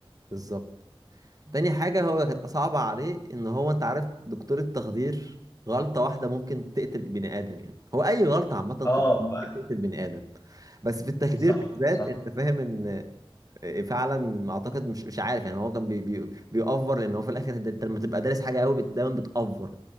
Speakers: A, on the right; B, on the left.
A: بالظبط تاني حاجة هو كانت صعبة عليه ان هو انت عارف دكتور التخدير غلطة واحدة ممكن تقتل بني ادم يعني هو اي غلطة عامة طب-
B: اه ما-
A: تقتل بني ادم بس في التخدير
B: صح
A: بالذات
B: صح
A: انت فاهم ان آه، فعلا اعتقد مش مش عارف يعني هو كان بي بي بيأفور لان هو في الاخر انت أنت لما تبقى دارس حاجة قوي بت- دايما بتأفور